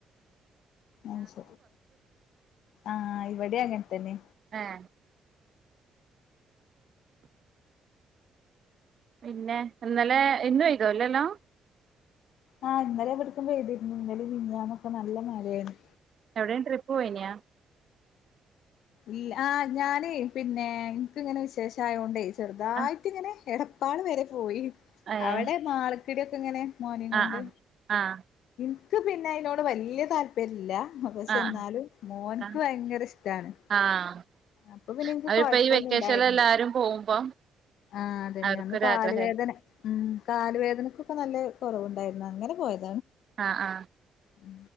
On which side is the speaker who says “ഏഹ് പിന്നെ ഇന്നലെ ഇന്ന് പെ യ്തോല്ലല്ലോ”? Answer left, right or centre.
Right